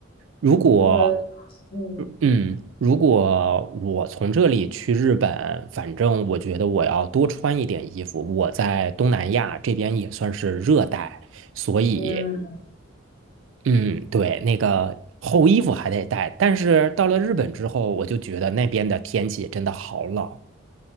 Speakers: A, on the right; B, on the left.
A: 如果，
B: 我嗯
A: 嗯，如果我从这里去日本，反正我觉得我要多穿一点衣服。我在东南亚这边也算是热带，所以。
B: 嗯
A: 嗯，对，那个厚衣服还得带，但是到了日本之后，我就觉得那边的天气真的好冷。